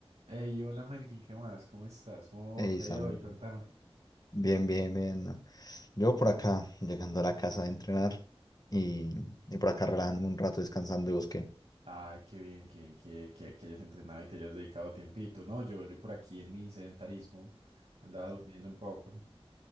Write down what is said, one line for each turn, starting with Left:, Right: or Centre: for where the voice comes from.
Right: Hey, hola Melkin, ¿qué más? ¿Cómo estás? ¿Cómo
Left: Ey,
Right: te
Left: Sam,
Right: ha ido hoy? Contame.
Left: bien, bien, bien. ¿no? Yo por acá, llegando a la casa de entrenar
Right: <laughs>
Left: y,
Right: Ujú.
Left: y por acá relajándome un rato, descansando y busqué.
Right: Ay, qué bien, qué bien que, que, que hayas entrenado y te hayas dedicado tiempito. No, yo, yo por aquí en mi sedentarismo andaba durmiendo un poco,